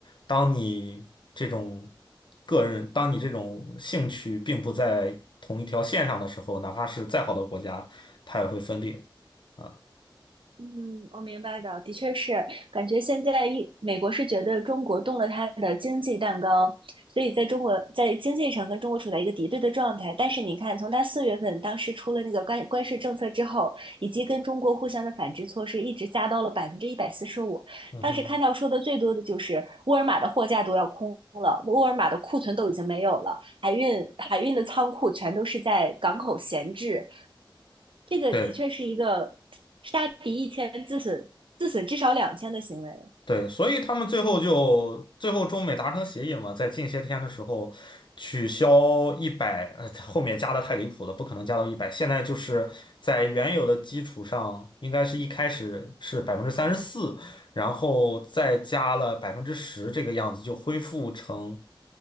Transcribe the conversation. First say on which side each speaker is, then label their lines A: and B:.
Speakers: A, on the left (about 60°); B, on the right (about 75°).
A: 当你这种个人，当你这种兴趣并不在同一条线上的时候，哪怕是再好的国家，它也会分裂。啊。
B: 嗯，我明白的，的确是，感觉现在一美国是觉得中国动了它的经济蛋糕，所以在中国在经济上跟中国处在一个敌对的状态。但是你看，从它四月份当时出了那个关关税政策之后，以及跟中国互相的反制措施，一直加到了百分之一百四十五。
A: 嗯哼，
B: 当时看到说的最多的就是沃尔玛的货架都要空了，沃尔玛的库存都已经没有了，海运海运的仓库全都是在港口闲置，这个的确是一个杀敌一千自损自损至少两千的行为。
A: 对，对，所以他们最后就最后中美达成协议嘛，在近些天的时候取消一百，呃，后面加的太离谱了，不可能加到一百。现在就是在原有的基础上，应该是一开始是百分之三十四，然后再加了百分之十这个样子，就恢复成